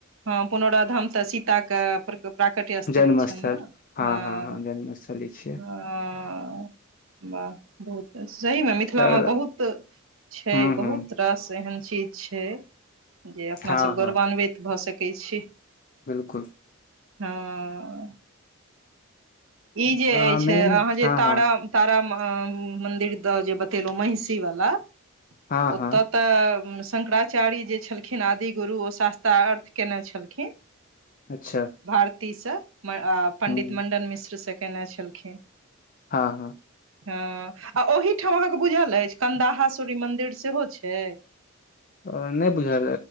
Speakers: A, on the right (about 75°); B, on the left (about 45°).
A: हँ पुनौराधाम तऽ सीतााके प्राकट्य स्थली
B: जन्मस्थल
A: छैल न हँ
B: जन्मस्थल ई छियै
A: ह वाह बहुत सहीमे मिथिलामे
B: तऽ
A: बहुत छै
B: हूँ
A: बहुत
B: हूँ
A: रास एहन चीज छै जे अपनासभ
B: हँ
A: गौरवान्वित भऽ सकै छी
B: बिलकुल
A: हँ ई जे
B: अहाँ
A: अछि
B: मेन
A: अहाँ जे
B: हँ
A: तारा
B: हँ
A: तारा माहा मंदिर जे बतेलहु महिषी वाला
B: हँ
A: ओतऽ
B: हँ
A: तऽ शंकराचार्य जे छलखिन आदि गुरु ओ शास्त्रारर्थ केने छलखिन
B: अच्छा
A: भारतीसँ पण्डित
B: हूँ
A: मण्डन मिश्रसँ केयने छलखिन
B: हँ हँ
A: हँ आ ओहिठाम अहाँके बुझल अछि कन्दाहा सूर्य मन्दिर सेहो छै
B: हं नहि बुझल